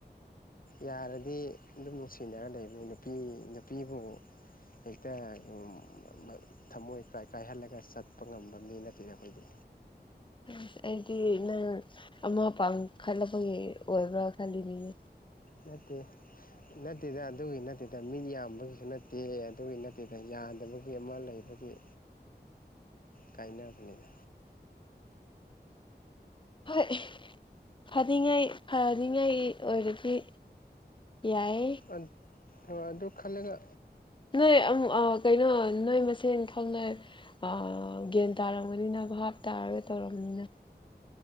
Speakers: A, on the left; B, on the left.
A: ꯌꯥꯔꯗꯤ ꯑꯗꯨꯝ ꯅꯨꯡꯁꯤꯅꯔ ꯂꯩꯕꯅꯤ ꯅꯨꯄꯤ ꯅꯨꯄꯤꯕꯨ ꯍꯦꯛꯇ <unintelligible> ꯊꯃꯣꯏ ꯀꯥꯏ ꯀꯥꯏꯍꯜꯂꯒ ꯆꯠꯄ ꯉꯝꯕ ꯃꯤ ꯅꯠꯇꯦꯗ ꯑꯩꯈꯣꯏꯗꯤ
B: ꯑꯁ ꯑꯩꯗꯤ ꯅꯪ ꯑꯃ ꯄꯥꯥꯡꯈꯠꯂꯛꯄꯒꯤ ꯑꯣꯏꯕ꯭ꯔꯥ ꯈꯜꯂꯤꯅꯤꯅꯦ
A: ꯅꯠꯇꯦ ꯅꯠꯇꯦꯗ ꯑꯗꯨꯒꯤ ꯅꯠꯇꯦꯗ ꯃꯤꯠ ꯌꯥꯝꯕꯒꯤꯁꯨ ꯅꯠꯇꯦ ꯑꯗꯨꯒꯤ ꯅꯠꯇꯦꯗ ꯌꯥꯗꯕꯒꯤ ꯑꯃ ꯂꯩ ꯑꯗꯨꯏ ꯀꯥꯏꯅꯕꯅꯤꯗ
B: ꯍꯣꯏ ꯐꯔꯤꯉꯩ ꯐꯔꯤꯉꯩ ꯑꯣꯏꯔꯗꯤ ꯌꯥꯏ
A: ꯑꯟ ꯑ ꯑꯗꯨ ꯈꯜꯂꯒ
B: ꯅꯣꯏ ꯑꯝ ꯑ ꯀꯩꯅꯣ ꯅꯣꯏ ꯃꯁꯦꯟ ꯈꯪꯅꯩ ꯑ ꯒ꯭ꯌꯥꯟ ꯇꯥꯔꯝꯒꯅꯤꯅ ꯚꯥꯞ ꯇꯥꯔꯒ ꯇꯧꯔꯕꯅꯤꯅ